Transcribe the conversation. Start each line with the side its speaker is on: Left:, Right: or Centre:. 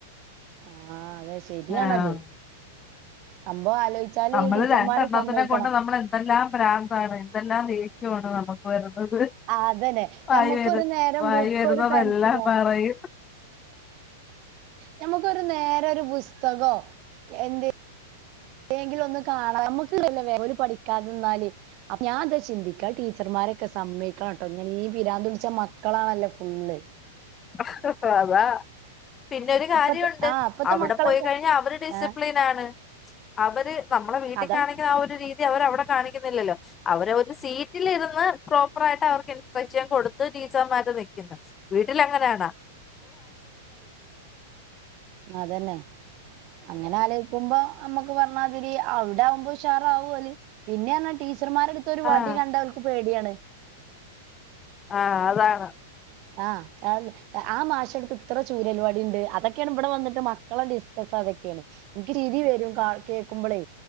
Right: ആ അതെ ശരിയാണത്
Left: ആഹ്
Right: സംഭവം ആലോചിച്ചാല്
Left: നമ്മള്
Right: ടീച്ചർമാരെ
Left: രണ്ടെണ്ണത്തിനെ
Right: സമ്മയിക്കണം
Left: കൊണ്ട് നമ്മൾ എന്തെല്ലാം പ്രാന്താണ് എന്തെല്ലാം ദേഷ്യമാണ് നമുക്ക് വരുന്നത്
Right: ആഹ് അതന്നെ
Left: വായി
Right: ഞമ്മക്കൊരു
Left: വരു
Right: നേരം
Left: വായി
Right: ബുക്കൊരു
Left: വരുന്നതെല്ലാം
Right: പെൻസിലോ
Left: പറയും
Right: ഞമുക്കൊരു നേരമൊരു പുസ്തകോ എന്ത് എങ്കിലും ഒന്നും കാണാം നമ്മുക്കല്ല പഠിക്കാതെന്നാല് ഞാൻ അതാ ചിന്തിക്ക് ടീച്ചർമാരൊക്കെ സമ്മയിക്കണം കേട്ടോ ഇങ്ങന ഈ പീരാന്തു ച്ച മക്കളാണല്ലേ ഫുള്ള്
Left: അ ഹാ വാ വാ പിന്നൊരു കാര്യുണ്ട്
Right: ഇപ്പത്തെ ആ ഇപ്പത്തെ
Left: അവിടെ
Right: മക്കളൊക്കെ
Left: പോയി കഴിഞ്ഞാ അവര് ഡിസിപ്ലിൻ
Right: ആ
Left: ആണ് അവര് നമ്മടെ വീട്ടിലാണെങ്കി
Right: അത
Left: ആ ഒരു രീതി ഇതവര്‌രവിടെ കാണിക്കുന്നില്ലല്ലോ അവരെയൊരു സീറ്റിലിരുന്ന് പ്രോപ്പറായിട്ടവർക്ക് ഇൻസ്ട്രക്ഷൻ കൊടുത്ത് ടീച്ചർമാര് നിൽക്കുന്നു വീ വീട്ടിലങ്ങനാണോ
Right: അതന്നെ അങ്ങനെയാല് പോകുമ്പോ, നമുക്ക് പറഞ്ഞമാതിരി ചെയ്യാം അവിടെയാവുമ്പോ ഉഷാറാവുവല്ലേ പിന്നെയെന്നാടി ടീച്ചർമാരുടെയടുത്തൊ രു വടികണ്ടാലവർക്ക്
Left: ആഹ്
Right: പേടിയാണ്
Left: ആ.. അതാണ്,
Right: ആ.. ആ.. മാഷിനടുത്തിത്ര ചൂരൽവടിയുണ്ട്, അതൊക്കെയാണ് ഇവിടെ വന്നിട്ട് മക്കളെ ഡിസ്കസ് അതൊക്കെയാണ്. എനിക്കുചിരിവരും കേൾക്കുമ്പോളേ,